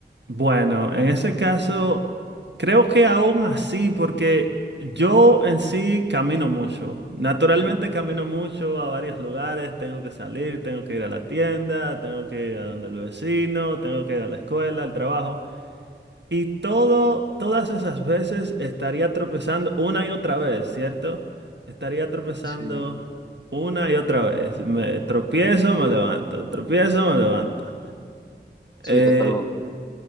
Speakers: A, on the right; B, on the left.
A: Bueno, en ese caso, creo que aún así, porque yo en sí camino mucho. Naturalmente camino mucho a varios lugares, tengo que salir, tengo que ir a la tienda, tengo que ir a donde el vecino, tengo que ir a la escuela, al trabajo. Y todo, todas esas veces estaría tropezando una y otra vez, ¿cierto? Estaría tropezando
B: Sí.
A: una y otra vez. Me tropiezo, me levanto, tropiezo, me levanto.
B: Sí,
A: Eh,
B: totalmente.